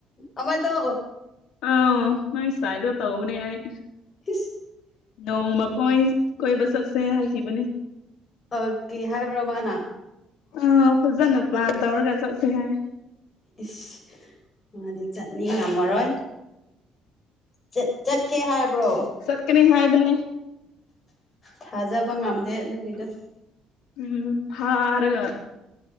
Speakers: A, on the left; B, on the left.
A: ꯑꯃꯗꯣ
B: ꯑꯥ ꯅꯣꯏ ꯁꯥꯏꯗ ꯇꯧꯕꯅꯦ ꯑꯩ
A: ꯏꯁ
B: ꯅꯣꯡꯃ ꯍꯣꯏ ꯀꯣꯏꯕ ꯆꯠꯁꯦ ꯍꯥꯏꯈꯤꯕꯅꯦ
A: ꯑꯥ ꯀꯦ ꯍꯥꯏꯕ꯭ꯔꯣ ꯃꯥꯅ
B: ꯑꯥ ꯐꯖꯅ ꯄꯂꯥꯟ ꯇꯧꯔꯒ ꯆꯠꯁꯦ ꯍꯥꯏ
A: ꯏꯁ ꯃꯥꯗꯤ ꯆꯠꯅꯤꯡ ꯉꯝꯃꯔꯣꯏ ꯆꯠ ꯆꯠꯀꯦ ꯍꯥꯏꯕ꯭ꯔꯣ
B: ꯆꯠꯀꯅꯤ ꯍꯥꯏꯕꯅꯦ
A: ꯊꯥꯖꯕ ꯉꯝꯗꯦ ꯑꯗꯨꯒꯤꯗꯣ
B: ꯎꯝ ꯐꯥꯔꯒ